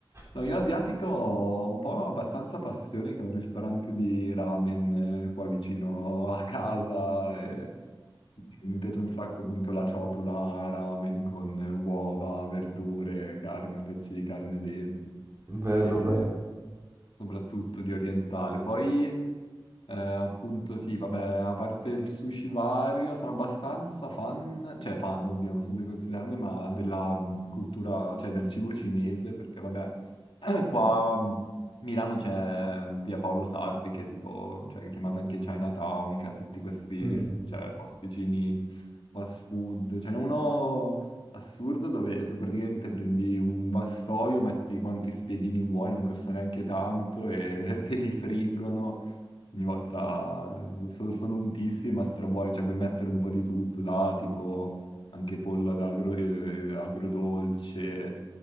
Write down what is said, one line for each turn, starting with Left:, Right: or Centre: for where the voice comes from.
Left: No,
Right: sì.
Left: io asiatico ho un po' abbastanza passione che è un ristorante di ramen eh, qua vicino <laughs> a casa e mi piace un sacco appunto la ciotola ramen con uova, verdure, carne, pezzi di carne dentro
Right: Bello,
Left: e
Right: bello.
Left: soprattutto di orientale. Poi eh, appunto sì, vabbè, a parte il sushi vario, sono abbastanza fan, cioè fan, oddio, non so se considerarmi, ma della mh, cultura, cioè del cibo cinese, perché vabbè, <clears throat> qua a Milano c'è mm, via Paolo Sarpi, che è tipo, cioè che è chiamata anche Chinatown, che ha tutti questi
Right: Mm.
Left: ris- cioè, posticini fast food, ce n'è uno assurdo dove tu praticamente prendi un vassoio, metti quanti spiedini vuoi, non costa neanche tanto e <laughs> te li friggono ogni volta eh, so- sono un tissy ma strabuoni, cioè puoi mettere un po' di tutto, da tipo anche pollo ad agro- eh, agrodolce,